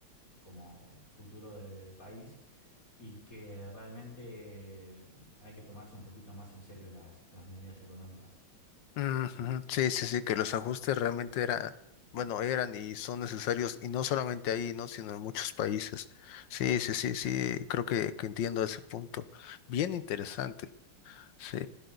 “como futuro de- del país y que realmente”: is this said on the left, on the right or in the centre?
Left